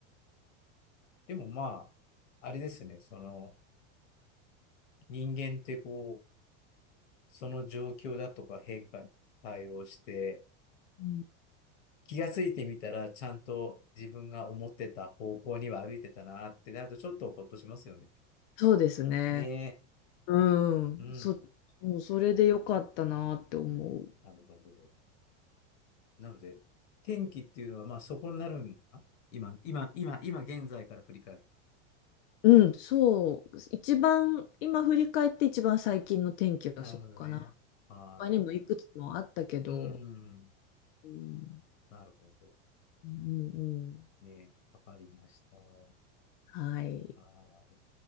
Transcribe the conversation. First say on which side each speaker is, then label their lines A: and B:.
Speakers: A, on the left; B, on the left.
A: でもまあ、あれですね、その人間ってこう、その状況だとか変化に対応して、
B: うん
A: 気がついてみたら、ちゃんと自分が思ってた方向には歩いてたなってなると、ちょっとほっとしますよね。
B: そうですね。
A: ね
B: うん。
A: え。うん。
B: そ、もうそれでよかったなって思う。
A: なるほど。なので、天気っていうのは、まあそこになるのかな今、今、今、今現在から振り返ると。
B: うん、そう。一番、今振り返って一番最近の天気はそこかな。
A: なるほどね。はーい。
B: 他にもいくつもあったけど、
A: うん。
B: うん、
A: なるほど。
B: うん、うん。
A: ねえ、わかりました。は
B: はい。
A: ーい。